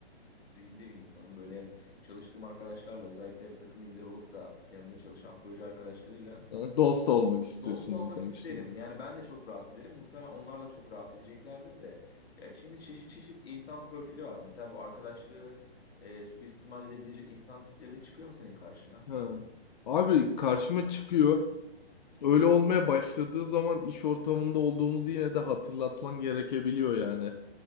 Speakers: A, on the left (about 70°); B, on the left (about 45°).
A: zihinde bir insanım. Böyle çalıştığım arkadaşlarla özellikle takım lideri olup da yanında çalışan proje arkadaşlarıyla
B: Yani dost olmak istiyorsun
A: dost olmak
B: arkadaşlarım.
A: isterim. Yani ben de çok rahat ederim. Muhtemelen onlar da çok rahat edeceklerdir de. Ya şimdi çeşit çeşit insan profili var. Mesela bu arkadaşlığı e, suistimal edebilecek insan tipleri de çıkıyor mu senin karşına?
B: Ha. Abi karşıma çıkıyor. Öyle olmaya başladığı zaman iş ortamında olduğumuzu yine de hatırlatman gerekebiliyor yani.